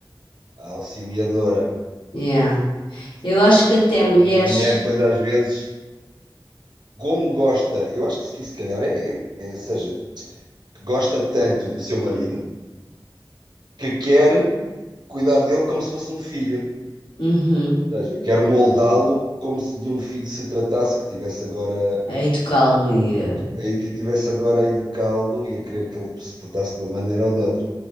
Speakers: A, on the right; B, on the left.
A: a auxiliadora.
B: yeah. Eu acho que até
A: Então,
B: mulheres,
A: a mulher, pois, às vezes, como gosta, eu acho que se, que se calhar é, é, é- seja, que gosta tanto do seu marido que quer cuidar dele como se fosse um filho.
B: uhum,
A: Ou seja, quero moldá-lo como se de um filho se tratasse, que tivesse agora
B: a educá-lo e, ah,
A: aí que tivesse agora a educá-lo e a querer que ele se portasse de uma maneira ou de outra.